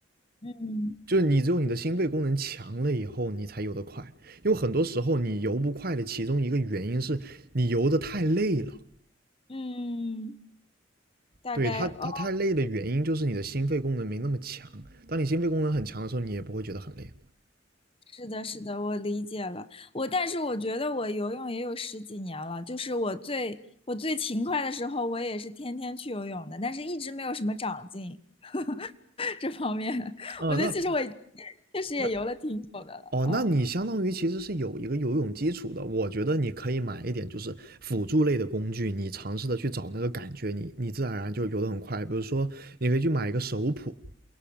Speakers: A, on the left; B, on the right.
A: 嗯
B: 就是你只有你的心肺功能强了以后，你才游得快。因为很多时候你游不快的其中一个原因是你游得太累了，
A: 嗯，
B: 对，
A: 大概哦，
B: 它它太累的原因就是你的心肺功能没那么强。当你心肺功能很强的时候，你也不会觉得很累。
A: 是的，是的，我理解了。我但是我觉得我游泳也有十几年了，就是我最我最勤快的时候，我也是天天去游泳的，但是一直没有什么长进 <laughs> 这方面。<laughs>
B: 哦，
A: 我觉得其实我也
B: 那
A: 确实也游了挺久的了，
B: 那哦，
A: 嗯
B: 那你相当于其实是有一个游泳基础的。我觉得你可以买一点就是辅助类的工具，你尝试的去找那个感觉，你你自然而然就游得很快。比如说，你可以去买一个手蹼